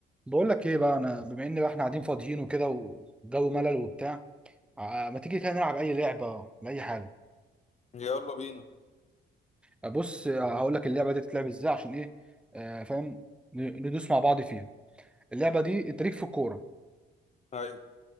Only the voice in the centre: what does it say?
بقول لك ايه بقى انا بما ان بقى احنا قاعدين فاضيين وكده والجو ملل وبتاع آه، ما تيجي كده نلعب اي لعبه لاي حاجه
آه، بص آه، هقول لك اللعبه دي تتلعب ازاي عشان ايه آه فاهم ن- ندوس مع بعض فيها اللعبه دي انت ليك في الكوره